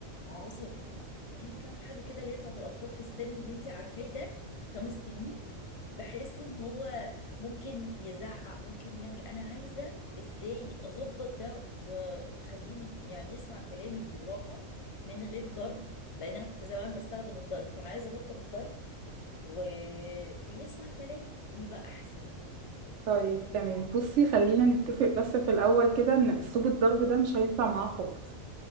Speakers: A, on the left; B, on the right.
A: عصبي في كام حاجه كده اللي هي بتاعت الاطفال في السن اللي انت عارفاه ده خمس سنين بحس ان هو ممكن يزعق ممكن يعمل انا عايزه ازاي اظبط ده و- واخليه يعني يسمع كلامي بالراحه من غير ضرب لان انا كنت زمان بستخدم الضرب فانا عايزه ابطل الضرب و... ويسمع كلامي ويبقى احسن
B: طيب تمام بصي خلينا نتفق بس في الأول كده ان اسلوب الضرب ده مش هينفع معاه خالص